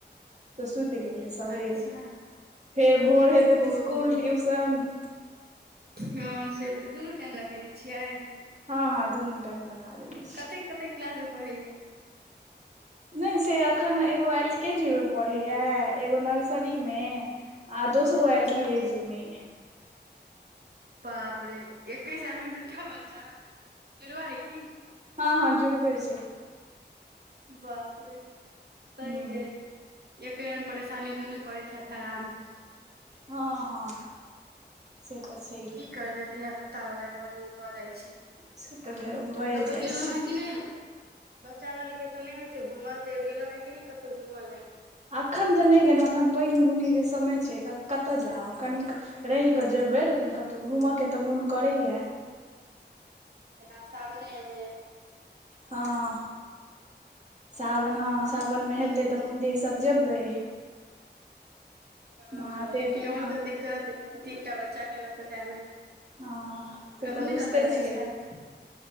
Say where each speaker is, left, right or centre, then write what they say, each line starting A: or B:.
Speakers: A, on the right; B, on the right.
A: तऽ सुति गेलै सबेरे,
B: अच्छा
A: फेर भोर हेतै
B: ओ
A: तऽ स्कुल ट्यूशन
B: हँ से तऽ दुनू टाइम लगेने छियै।
A: हँ हं दुनु टाइम लगा देने छियै।
B: कतेक कतेक क्लास मे पढ़ैये।
A: नहि से अखन एगो एल के जी में पढ़ैये, एगो नर नसरीमे आ दोसरो
B: अच्छा
A: एल के जी मे अछि।
B: बाप रे एके साल में दूटा बच्चा, जुड़आ अइ कि?
A: हँ हँ जुड़बे छै।
B: बाप रे, तैं
A: ह
B: यै। एके रंग परेशानी दुनू करैत हेत हरान।
A: हँ हँ, से त छै।
B: की करबै धिया पुता बला घर मे भ जाइ छै।
A: से तऽ भए भए
B: कतहु
A: जाइ
B: गेलहुँ
A: छै
B: हें कि नै? बच्चा बाली के त नय होय छै घूमल तयो गेंल है कि नइ कतउ घूम ले।
A: एखन त नई गेल एखन पइन बुनिके समय छै क कतय जाउ कनिक, रहि क जेबै लेकिन कतउ घूमयके त मोन करैया।
B: जेना सावनेमें,
A: हँ सावनाह सावन मे
B: हूँ
A: हेतै त मंदिर सब जेबै।
B: हँ
A: महादेव
B: लेकिन आहा
A: म
B: त दिक्कत तीन तीन टा बच्चाकेँ ल क जायमें।
A: हँ से
B: अपने
A: तऽ बुझिते
B: कत रहै
A: छियै
B: छैथ।